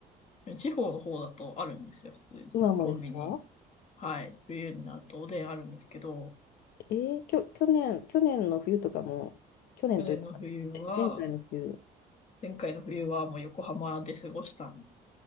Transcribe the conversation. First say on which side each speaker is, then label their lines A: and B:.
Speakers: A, on the left; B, on the left.
A: た。地方の方だとあるんですよ、普通に。
B: 今もですか
A: コンビニ。はい。冬になるとおでんあるんですけど、
B: えー、きょ、去年、去年の冬とかも、去年というか、
A: 去年の冬は、
B: ぜ前回の冬、
A: 前回の冬はもう横浜で過ごしたん